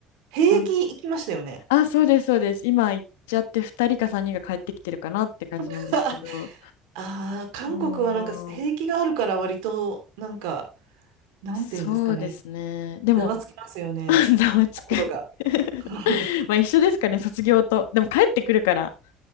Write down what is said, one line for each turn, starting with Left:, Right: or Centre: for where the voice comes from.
Right: 兵役行きましたよね。
Left: あ、あ、そうです、そうです。今行っちゃって2人か3人が帰ってきてるかなって感じなんですけど。
Right: <laughs> ああ、韓国はなんか兵役があるから割と、
Left: そう、
Right: なんか、なんていうんですかね。
Left: そうですね。でも、
Right: ざわつきますよね。
Left: <laughs> ざわつく
Right: 心が。
Left: <laughs>
Right: <laughs>
Left: まあ一緒ですかね、卒業と。でも帰ってくるから。